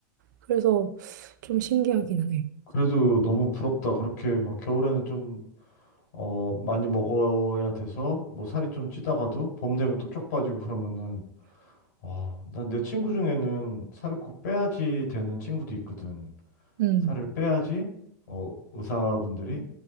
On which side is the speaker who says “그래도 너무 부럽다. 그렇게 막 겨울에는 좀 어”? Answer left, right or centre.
Left